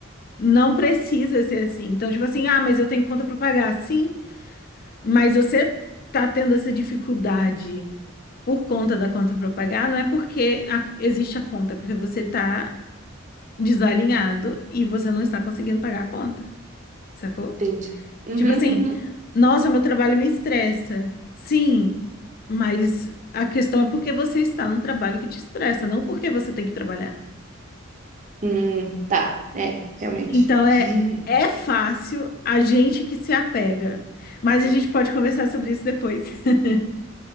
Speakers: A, on the left (about 45°); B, on the right (about 40°).
A: Não precisa ser assim. Então, tipo assim, ah, mas eu tenho conta pra pagar. Sim, mas você tá tendo essa dificuldade. por conta da conta para pagar, não é porque a- existe a conta, é porque você tá desalinhado e você não está conseguindo pagar a conta, sacou?
B: entendi. Uhum,
A: Tipo assim,
B: uhum.
A: nossa, meu trabalho me estressa. Sim, mas a questão é porque você está num trabalho que te estressa, não porque você tem que trabalhar.
B: Hum, tá, é, realmente.
A: Então é
B: <laughs>
A: é fácil a gente que se apega, mas a gente pode conversar sobre isso depois. <laughs>